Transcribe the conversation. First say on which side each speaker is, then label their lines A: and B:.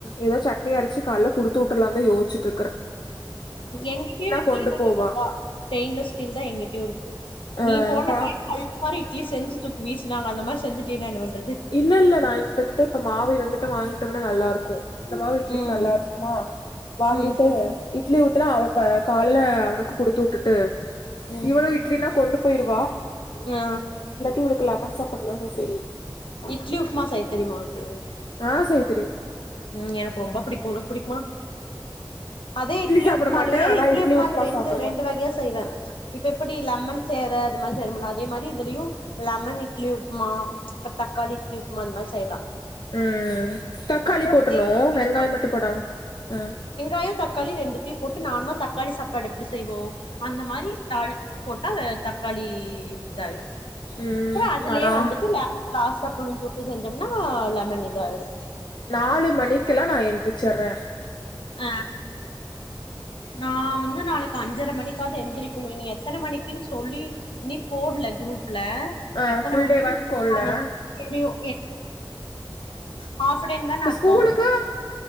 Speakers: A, on the left; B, on the left.
A: ஏதோ சட்னி அரச்சு காலைல குடுத்து விட்டுறலாம் தான் யோசிச்சுட்டு இருக்கு
B: எங்கிட்டயு <unintelligible>
A: கொண்டு போவா
B: ஸ்டெயின்லெஸ் ஸ்டீல் தான் எங்கிட்டயும் இருக்கு
A: ஆ
B: நீ போன
A: பா
B: டைம் மாரி இட்லி செஞ்சு தூக்கி வீசுனாங்க அந்த மாரி செஞ்சுட்டீனா என்ன பண்றது
A: இல்ல இல்ல நான் இப்பகிட்ட இப்ப மாவு வந்து வாங்கிட் நல்லா இருக்கும் இந்த மாவு இட்லிக்கு
B: ம்
A: நல்லா இருக்குமா வாங்கிட்டு
B: ம்
A: இட்லி ஊத்துனா அவ காலைல அவனுக்கு குடுத்து விட்டுட்டு
B: ம்
A: இவனும் இட்லினா கொண்டு போய்ருவா
B: ஆ
A: இல்லாட்டி அவளுக்கு லெமன் சாப்பாடுலா நா செய்
B: இட்லி உப்மா செய்ய தெரிமா உனக்கு
A: ஆ செய்ய தெரியு
B: ம் எ னக்கு ரொம்ப பிடிக்கு உனக்கு பிடிக்குமா அதே இட்லி
A: சாப்ட
B: உப்புமாலயே
A: மாட்டே ஆனா
B: இட்லி உப்புமா
A: உப்மா
B: ரெண்டு
A: சாப்டுவே
B: ரெண்டு வகையா செய்வ இப்ப எப்டி லெமன் சேவை அது மாரி செய்றமல்ல அதே மாரி இதுலயு லெமன் இட்லி உப்மா அப்பற தக்காளி இட்லி உப்மா அந்த மாரி செய்லா
A: ம் ம் ம் தக்காளி போட்ரணு
B: பிளைன் இட்லி
A: வெங்காய மட்டு போடாம ஆ
B: ய தக்காளி ரெண்டத்தயு போட்டு நார்மலா தக்காளி சாப்பாடு அப்டி செய்வோ அந்த மாரி தாளிச்சுட்டு போட் டா தக்காளி இதாயிரு
A: ம்
B: அப்புற அதுலயே
A: நானா
B: வந்துட்டு லெமன் லாஸ்ட்டா புளிஞ்சு ட்டு செஞ்சம்னா லெமன் இது ஆயிரு
A: நாலு மணிக்கெலா நா எந்தி ரிச்சர்ரே
B: அ நா வந்து நாளைக்கு அஞ் அஞ்சர மணிக்காது எந்திரிக்கணு நீ எத்தன மணிக்குன் சொல்லி நீ போடுல குரூப் ல
A: ஆ
B: எத்தன
A: ஃபுல்
B: மணி
A: டேவான்
B: போட்டாங்கனா
A: போட்ல
B: தெரியு ஹாஃப் எ டேன்தான
A: இப்ப
B: அர்த்த
A: ஸ்கூலுக்கு